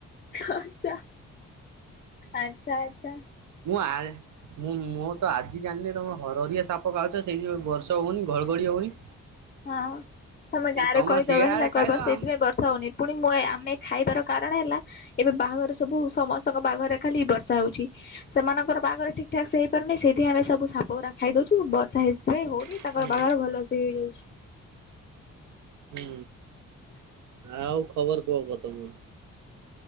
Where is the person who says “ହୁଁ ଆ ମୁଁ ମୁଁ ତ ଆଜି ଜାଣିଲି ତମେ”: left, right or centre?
Right